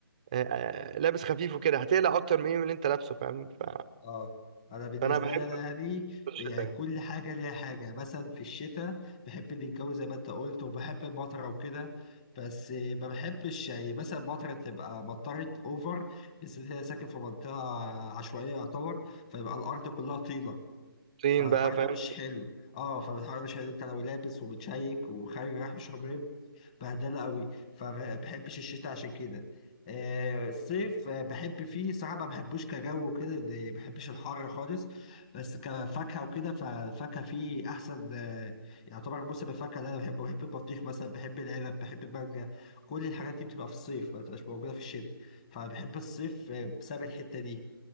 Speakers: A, on the right; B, on the left.
A: أه آه، لابس خفيف وكده هتقلق اكتر من اللي انت لابسه فاهم ف...
B: اه انا بالنسبه
A: فانا بحب
B: لي انا يعني
A: الشتاء
B: يعني
A: يعني.
B: كل حاجه ليها حاجه مثلا في الشتاء بحب الجو زي ما انت قلت وبحب المطره وكده بس ما بحبش يعني مثلا المطره تبقى مطرت اوفر بالذات إن انا ساكن في منطقه عشوائيه يعتبر فيبقى الارض كلها طينه
A: طين
B: فالحر
A: بقى فاهم؟
B: ده مش حلو اه فالحر ده مش حلو انت لو لابس ومتشيك وخارج رايح مشروب بهدله قوي فما بحبش الشتاء عشان كده آه، الصيف آه، بحب فيه صراحه ما بحبوش كجو وكده ده- ما بحبش الحر خالص بس كفاكهه وكده فالفاكهه فيه احسن آه، يعتبر موسم الفاكهه اللي انا بحبه بحب البطيخ مثلا بحب العنب بحب المانجا كل الحاجات دي بتبقى في الصيف ما بتبقاش موجوده في الشتاء فبحب الصيف آه، بسبب الحته دي